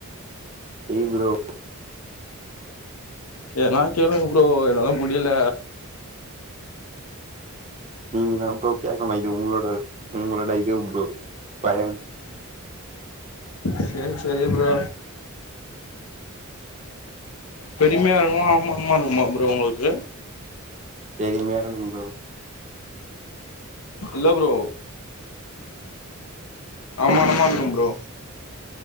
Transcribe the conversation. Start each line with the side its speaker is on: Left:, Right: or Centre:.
Right: செரி ப்ரோ
Left: எதுனா கேளுங்க ப்ரோ என்னால முடில
Right: நீங்கதா ப்ரோ கேக்கனு இது உங்களோட உங்களோட இது ப்ரோ பய
Left: செரி செரி ப்ரோ பெருமையா இருக்குமா அவமானமா இருக்குமா ப்ரோ உங்ளுக்கு
Right: பெருமையா இருக்கும் ப்ரோ
Left: இல்ல ப்ரோ அவமானமா க்கும் ப்ரோ